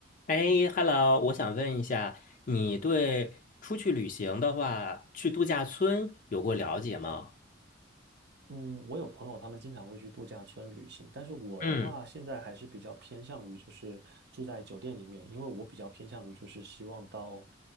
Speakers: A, on the left; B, on the right.
A: 哎，Hello，我想问一下，你对出去旅行的话，去度假村有过了解吗？
B: 嗯，我有朋友，他们经常会去度假村旅行，但是我的话，
A: 嗯
B: 现在还是比较偏向于就是住在酒店里面，因为我比较偏向于就是希望到